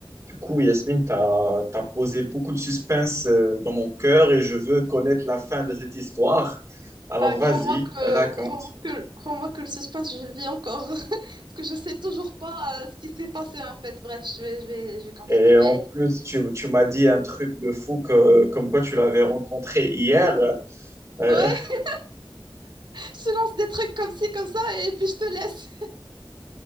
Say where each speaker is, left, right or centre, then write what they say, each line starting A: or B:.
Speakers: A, on the right; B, on the right.
A: Du coup, Yasmine, tu as, posé beaucoup de suspense euh, dans mon cœur et je veux connaître la fin de cette histoire. Alors
B: Ah, crois-moi
A: vas-y,
B: que,
A: raconte.
B: crois-moi que, crois-moi que le suspense, je le vis encore. <laughs> Parce que je sais toujours pas euh, ce qui s'est passé en fait. Bref, je vais, je vais, je vais continuer.
A: Et en plus, tu, tu m'as dit un truc de fou que, comme quoi tu l'avais rencontré hier. Euh,
B: Ouais, <laughs> je te lance des trucs comme ci, comme ça, et puis je te laisse.